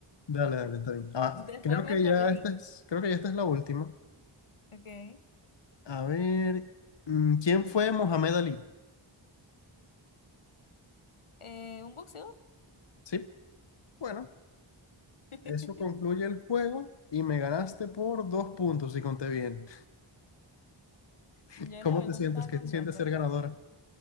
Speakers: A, on the left (about 60°); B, on the left (about 80°).
A: Dale, dale, está bien.
B: <laughs>
A: Ah,
B: Después
A: creo
B: me
A: que
B: corregí.
A: ya esta es, creo que ya esta es la última.
B: Ok.
A: A ver, mm, ¿quién fue Mohamed Ali?
B: Eh, un boxeador.
A: Sí, bueno,
B: <laughs>
A: eso concluye el juego y me ganaste por dos puntos, si conté bien. <laughs>
B: Yo
A: ¿Cómo
B: la verdad
A: te sientes?
B: no estaba
A: ¿Qué
B: contando.
A: te sientes ser ganadora?